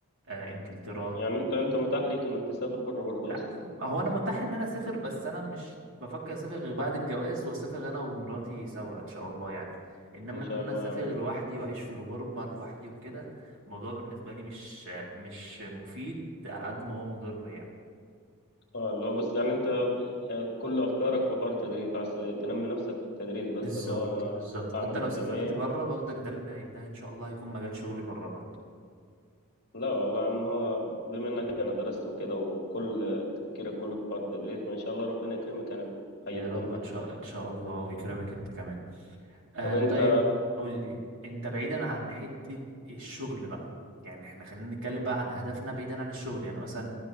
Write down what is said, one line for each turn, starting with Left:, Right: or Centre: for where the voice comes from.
Right: آه، انجلترا
Left: يعني انت انت متاح ليك انك تسافر بره برضه
Right: لا
Left: اصلا
Right: هو انا متاح ان انا اسافر بس انا مش بفكر اسافر غير بعد الجواز واسافر انا ومراتي سوا ان شاء الله يعني انما
Left: ان شاء
Right: ان
Left: الله
Right: انا اسافر
Left: يعني
Right: لوحدي واعيش في الغربه لوحدي وكده الموضوع بالنسبه لي مش مش مفيد على قد ما هو مضر يعني
Left: اه اللي هو بس يعني انت يعني كل افكارك في حوار التدريس عايز تنمي نفسك في التدريس بس
Right: بالظبط
Left: اللي هو انا
Right: بالظبط
Left: اعمل
Right: حتى
Left: اكاديميه
Right: لو سافرت بره باخدك ده اللي هي- ده ان شاء الله هيكون مجال شغلي بره برضه
Left: لا والله يا عم هو بما انك انا درست وكده وكل تفكيرك كله في حوار التدريس فان شاء الله ربنا يكرمك يعني حاجه
Right: يا
Left: تكون
Right: رب
Left: احسن
Right: ان شاء ان شاء الله ويكرمك انت كمان آه
Left: طب انت
Right: طيب قول لي انت بعيدا عن حتة الشغل بقى يعني احنا خلينا نتكلم بقى عن اهدافنا بعيدا عن الشغل يعني مثلا